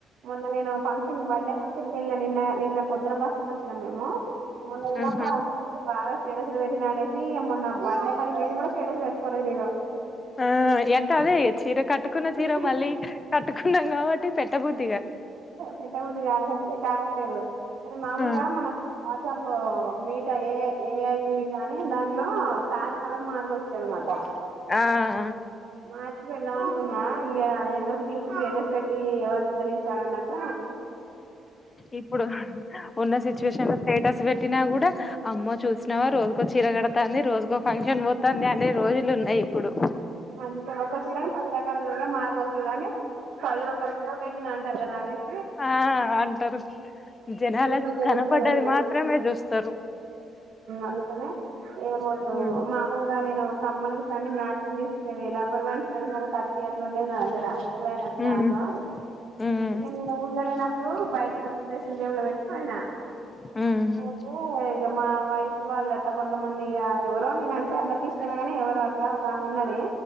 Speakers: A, on the right; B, on the left.
A: మొన్న నేను ఫంక్షన్ంగ్ బర్డే ఫంక్షన్ ళ్ళ నిన్న నిన్నొద్దున బస్త వచ్చినం మేము మొన్న అయినప్పుడు
B: ఆహా
A: అ బాగా స్టేటస్ లో పెట్టిన అనేసి ఇ మొన్నాం బండే కానీ మేము కూడా స్టేటస్ పెట్పోలేదు నలో
B: ఆ అంటే అదే చీర కట్టుకున్న
A: నేను
B: చీర మళ్ళీ కట్టుకున్నాం కాబట్టి పెట్టబద్దు
A: పెట్ట ముద్ కాట్లేదు కావట్లేదు అది మామూలుగా
B: ఆ
A: మన రా ఆ మీ ఏ ఏఐ వి కానీ దాంట్లో శారీ కలర్ మారపోవచ్చు జ్వరం అంట
B: ఆ ఆ!
A: మా పెడదాం అనుకున్నా ఇక ఎందుకుకి ఇప్పుడు స్టేటస్ పెట్టి ఎవరిని వదరి చాలన్నట
B: ఇప్పుడు ఉన్న సిచ్యువేషన్ లో స్టేటస్ పెట్టినా కూడా అమ్మో చూసినవా రోజుకో చిరగడతాంది రోజుకో ఫంక్షన్ పోతుంది అనే రోజులు ఉన్నాయి ఇప్పుడు
A: అంటే ఒ చీరను పది రకాలుగా మారవచ్చు గాని పది రూపాయలు చిరలు అంటారు కదా అనేసి
B: ఆ అంటారు జనాల
A: ఏమో జనం
B: కనపడ్డది
A: జనాలు
B: మాత్రమే చూస్తారు
A: అందుకనే ఏముండదు
B: మ్మ్
A: మామూలుగా నేను కమ్మలు గ ఇట్ల అన్ని మ్యాచింగ్ తీసుకునేది లబ్బర్ బాండ్స్ ఒక ర్టీ అట్లా ఉండే నాదగర రాలదు డ రస్త
B: మ్మ్
A: ఆగా
B: మ్మ్
A: ఇక నేను ఊళ్ళ లేనప్పుడు బయట వెచ్చ ఇడియా పోయినా
B: మ్మ్
A: పోతే మా వైఫ వాళ్ళట్ట కొంతమంది ఎవరో నేనంటే అందరికి ఇ గాని ఎవరు అట్లా ఒక ఆమె ఉన్నది